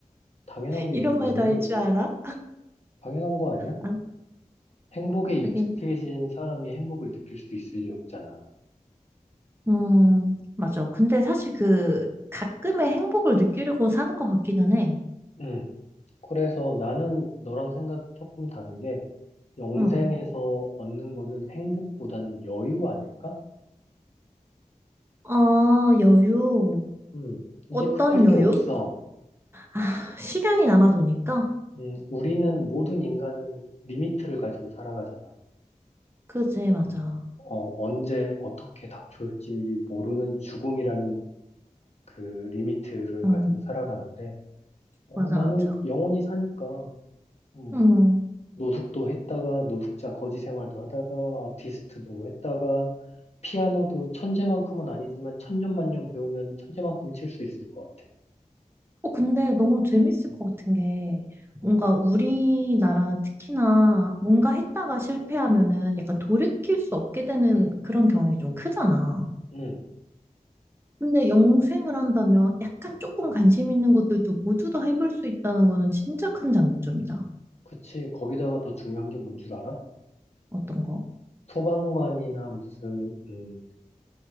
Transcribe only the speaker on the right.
이런
말도 할
줄 알아?
아,
하긴.
음, 맞아. 근데 사실 그 가끔의 행복을 느끼려고 사는 것 같기는 해.
응.
아, 여유.
어떤
여유?
아, 시간이 남아도니까?
그지, 맞아.
어,
맞아,
맞아.
음.
어, 근데 너무 재밌을 것 같은 게, 뭔가
우리나라 특히나 뭔가 했다가 실패하면은 약간 돌이킬 수 없게 되는 그런 경향이 좀 크잖아.
근데 영생을 한다면 약간 조금 관심 있는 것들도 모두 다 해볼 수 있다는 거는 진짜 큰 장점이다.
어떤 거?